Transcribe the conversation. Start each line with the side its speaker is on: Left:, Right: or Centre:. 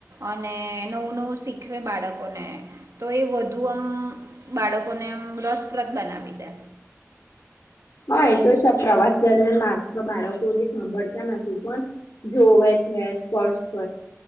Right: અને નવું નવું શીખવે બાળકોને તો એ વધુ આમ બાળકોને આમ રસપ્રદ બનાવી દે
Left: હા તો છે પ્રવાસ દરમિયાન માત્ર બાળકો જે સાંભળતા નથી પણ જોવે છે સ્પર્શ